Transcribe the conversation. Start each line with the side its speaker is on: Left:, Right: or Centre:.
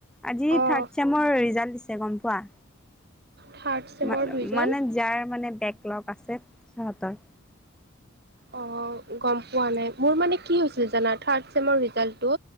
Centre: আজি
Right: অঁ
Centre: থাৰ্ড চেমৰ ৰিজাল্ট দিছে গম পোৱা।
Right: থাৰ্ড চেমৰ
Centre: মা
Right: ৰিজাল্ট
Centre: মানে যাৰ মানে বেকলগ আছে সিহঁতৰ
Right: অ গম পোৱা নাই মোৰ মানে কি হৈছিল জানা থাৰ্ড চেমৰ ৰিজাল্টো